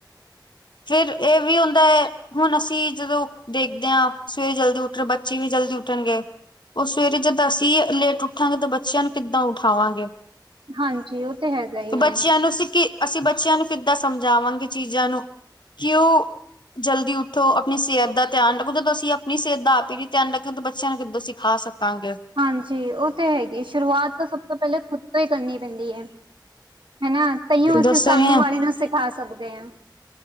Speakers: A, on the left; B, on the right.
A: ਫਿਰ ਇਹ ਵੀ ਹੁੰਦਾ ਏ ਹੁਣ ਅਸੀਂ ਜਦੋਂ ਦੇਖਦੇ ਹਾਂ ਸਵੇਰੇ ਜਲਦੀ ਉੱਠਣ ਬੱਚੇ ਵੀ ਜਲਦੀ ਉੱਠਣਗੇ ਉਹ ਸਵੇਰੇ ਜਦ ਅਸੀਂ ਲੇਟ ਉੱਠਾਂਗੇ ਤਾਂ ਬੱਚਿਆਂ ਨੂੰ ਕਿੱਦਾਂ ਉਠਾਵਾਂਗੇ
B: ਹਾਂਜੀ ਉਹ ਤੇ ਹੈਗਾ ਹੀ
A: ਬੱਚਿਆਂ
B: ਹੈ
A: ਨੂੰ ਅਸੀਂ ਕਿ ਅਸੀਂ ਬੱਚਿਆਂ ਨੂੰ ਕਿੱਦਾਂ ਸਮਝਾਵਾਂਗੇ ਚੀਜ਼ ਕਿਉ ਜਲਦੀ ਉੱਠੋ ਆਪਨੀ ਸਿਹਤ ਦਾ ਧਿਆਨ ਰੱਖੋ ਜਦੋਂ ਅਸੀਂ ਆਪਨੀ ਸਿਹਤ ਦਾ ਆਪ ਹੀ ਨਹੀਂ ਧਿਆਨ ਰੱਖੀ ਤਾਂ ਬੱਚਿਆਂ ਨੂੰ ਕਿੱਦਾਂ ਅਸੀਂ ਸਿਖਾ ਸਕਾਂਗੇ ਤੰਗੇ
B: ਹਾਂਜੀ ਉਹ ਤਾਂ ਹੈਗੀ ਸ਼ੁਰੂਆਤ ਤਾਂ ਸਭ ਤੋਂ ਪਹਿਲੇ ਖੁਦ ਤੋਂ ਈ ਕਰਨੀ ਪੈਂਦੀ ਏ ਹਹਨਾ, ਤਈਓ ਅਸੀਂ
A: ਦੱਸ
B: ਸਾਹਮਣੇ
A: ਰਹੀ ਆ
B: ਵਾਲੇ ਨੂੰ ਸਿਖਾ ਸਕਦੇ ਆ